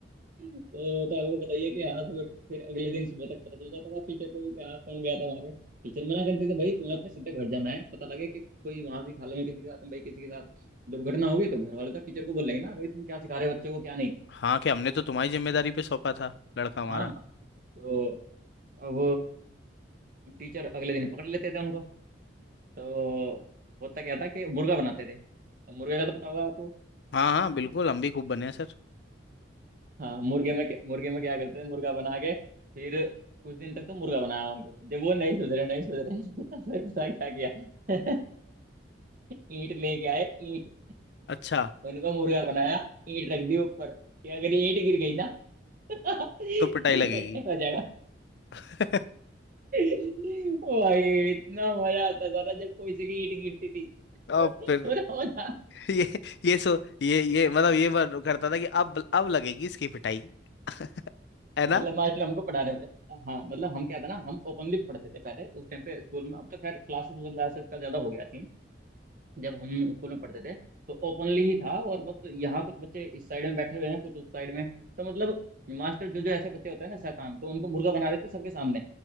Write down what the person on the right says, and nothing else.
तो तो आपको बताइए कि हाँ सर फिर अगले दिन सुबह तक पता चल जाता था टीचर को भी कि हाँ कौन गया था वहाँ पे टीचर मना करते थे भाई तुम्हें अपने सीधे घर जाना है पता लगे कि कोई वहां से खाले में किसी के साथ भाई किसी के साथ दुर्घटना हो गई तो घर वाले तो टीचर को बोलेंगे ना भाई तुम क्या सिखा रहे हो बच्चे को क्या नहीं
हाँ तो अब टीचर अगले दिन पकड़ लेते थे उनको तो होता क्या था कि मुर्गा बनाते थे अब मुर्गे का तो पता होगा आपको
हाँ मुर्गे में क्या- मुर्गे में क्या करते थे मुर्गा बना के फिर कुछ दिन तक तो मुर्गा बनाया उनको जब वो नहीं सुधरे नहीं सुधरे <laughs> तो फिर पता है क्या किया <laughs> ईंट लेके आए ईंट
उनको मुर्गा बनाया ईंट रख दी ऊपर कि अगर ये ईंट गिर गई ना <laughs> तो
बेटे हो जाएगा
ओ <laughs> भाई इतना मजा आता था ना जब कोई सी की ईंट गिरती थी
<laughs>
पूरा मजा
मतलब मास्टर हमको पढ़ा रहे होते हाँ हाँ, मतलब हम क्या था ना हम ओपनली पढ़ते थे पहले उस टाइम पे स्कूल में अब तो खैर क्लासेस क्लासेस का ज्यादा हो गया सीन जब हम स्कूल में पढ़ते थे तो ओपनली ही था और बस यहाँ कुछ बच्चे इस साइड में बैठे हुए हैं कुछ उस साइड में तो मतलब मास्टर जो जो ऐसे बच्चे होते हैं ना शैतान तो उनको मुर्गा बना देते सबके सामने